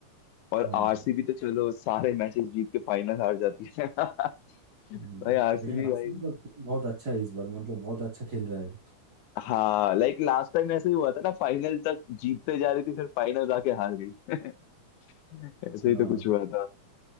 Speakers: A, on the left; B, on the right.
A: और
B: हाँ
A: आरसीबी तो चलो सारे मैचेस जीत के फाइनल हार जाती है <laughs> भाई
B: हम्म,
A: आरसीबी
B: लेकिन आसिफ
A: भाई
B: का team बहुत अच्छा है इस बार मतलब बहुत अच्छा खेल रहा है
A: हाँ लाइक लास्ट टाइम ऐसे ही हुआ था ना फाइनल तक जीतते जा रही थी फिर फाइनल जाके हार गई <laughs>
B: हाँ
A: ऐसे ही तो कुछ हुआ था